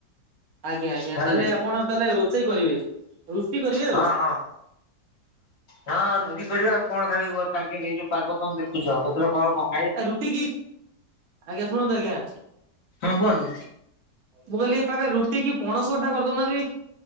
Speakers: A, on the right; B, on the left.
A: ଆଜ୍ଞା ଆଜ୍ଞା
B: ଜାଣିଲେ।
A: ତାହେଲେ ଆପଣ ତାହେଲେ ରୋଚେଇ କରିବେ? ରୁଟି କରିବେ ଆଉ
B: ହଁ ହଁ ଅଁ ହଁ ରୁଟି
A: ଆଜ୍ଞା
B: କରିବା ଆଉ କଣ ଖାଇବ? ପାଗି ଏଇ ଯୋଉ ପାଗ ତମେ ଦେଖୁଚ ଏଥିର କଁ କଁ
A: ଆ ରୁଟି କି ଆଜ୍ଞା ଶୁଣନ୍ତୁ ଆଜ୍ଞା
B: ହୁଁ କୁହନ୍ତୁ।
A: ମୁଁ କହିଁଲି ଏ ପାଖରେ ରୁଟି କି ପଣସ ଅଟା କରଦୋ ନାତି।